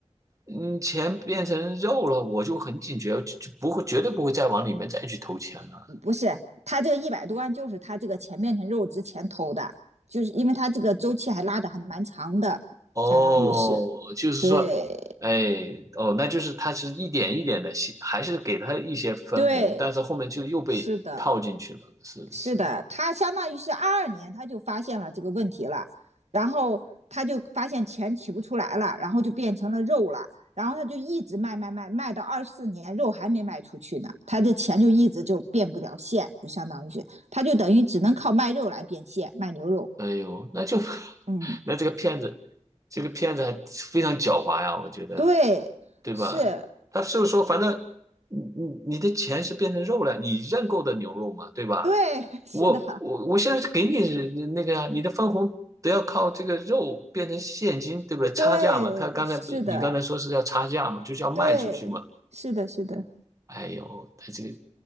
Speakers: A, on the right; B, on the right.
A: 嗯钱变成肉了，我就很警觉，就就不会绝对不会再往里面再去投钱了。
B: 不是，他这个一百多万就是他这个钱变成肉之前投的，就是因为他这个周期还拉的还蛮长的，
A: 哦，
B: 相当于是
A: 就是说，
B: 对
A: 哎，哦，那就是他是一点一点的，还是给他一些分红，
B: 对，
A: 但是后面就又被套进去了。
B: 是的，
A: 是的，
B: 是的，
A: 是的。
B: 他相当于是二二年他就发现了这个问题了，然后他就发现钱取不出来了，然后就变成了肉了，然后他就一直卖卖卖，卖到二四年肉还没卖出去呢，他这钱就一直就变不了现，就相当于是他就等于只能靠卖肉来变现，卖牛肉，
A: 哎呦，那就 <laughs>，
B: 嗯。
A: 那这个骗子，这个骗子还非常狡猾呀，我觉得，
B: 对，
A: 对吧？
B: 是，
A: 他就是说，反正你你你的钱是变成肉了，你认购的牛肉嘛，对吧？
B: 对，<laughs> 是的，
A: 我我我现在给你那个呀，你的分红都要靠这个肉变成现金，对不对？差价嘛，
B: 对，
A: 他刚才不是你刚才说是要差价嘛，
B: 是的，
A: 就是要卖出去嘛。
B: 对，是的，是的，
A: 哎呦，他这个